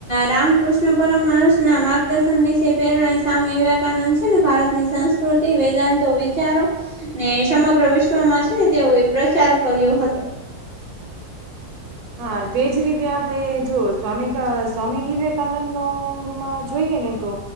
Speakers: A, on the left (about 35°); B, on the right (about 75°).
A: રામકૃષ્ણ પરવંશના માર્ગદર્શનની જે પ્રેરણા સ્વામી વિવેકાનંદ છે, ને ભારત ની સંસ્કૃતિ વેદાંતો વિચારો ને સમગ્ર વિશ્વમાં છે, ને તેઓએ પ્રચાર કર્યો હતો.
B: હા બે જ રીતે આપણે જોયુ સ્વામીકા સ્વામી વિવેકાનંદ તો એમાં જોઈએ ને તો